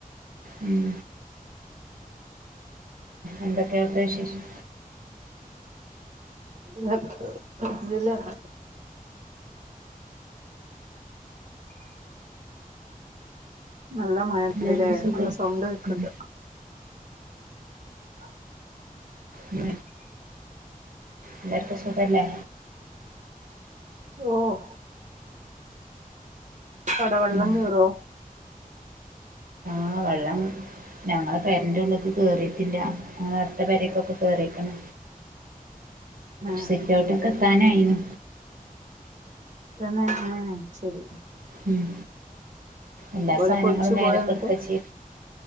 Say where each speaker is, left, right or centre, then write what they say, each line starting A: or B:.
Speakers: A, on the right (about 75°); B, on the right (about 55°).
A: ഉം എന്തൊക്കെയാണ് അവിടത്തെ വിശേഷം
B: അൽഹംദുലില്ലാ നല്ല മഴണ്ട്ല്ലേ
A: എല്ലാവർക്കും സുഖം
B: നല്ല സൗണ്ട് കേക്കണ്ട്
A: ഉം,
B: ആഹ്
A: ഉ എല്ലാർക്കും സുഖല്ലേ
B: ഓഹ് അട വെള്ളം
A: ഉം.
B: കയറോ
A: ആ വെള്ളം ഞങ്ങളെ പെരൻ്റെ ഉള്ളക്കെ കേറിയിട്ടില്ല അ അടുത്ത പെരക്കൊക്കെ കേയറിക്കണ്
B: ആഹ്
A: സിറ്റോട്ടുക്ക് എത്താനായിരുന്നു
B: തന്നെആ ശരി
A: ഉം എല്ലാ
B: ഓലൊക്കെ
A: സാധനങ്ങളും
B: ഒഴിച്ചു
A: മേലക്കെടുത്ത
B: പോയോ എന്നിട്ട്
A: ച്ച്